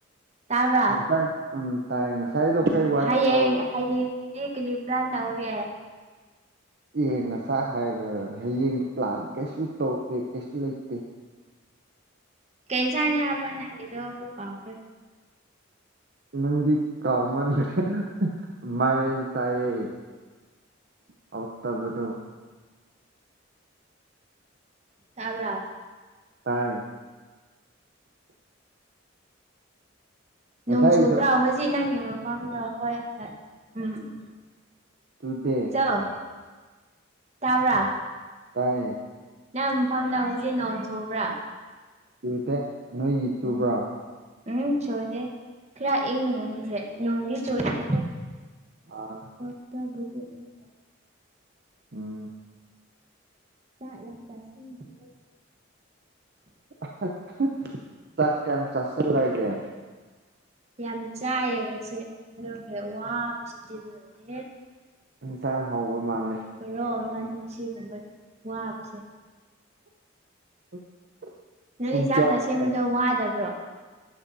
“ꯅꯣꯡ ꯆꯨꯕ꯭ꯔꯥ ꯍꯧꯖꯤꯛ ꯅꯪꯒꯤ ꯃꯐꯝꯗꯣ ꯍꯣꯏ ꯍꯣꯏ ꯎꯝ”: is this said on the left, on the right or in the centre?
Right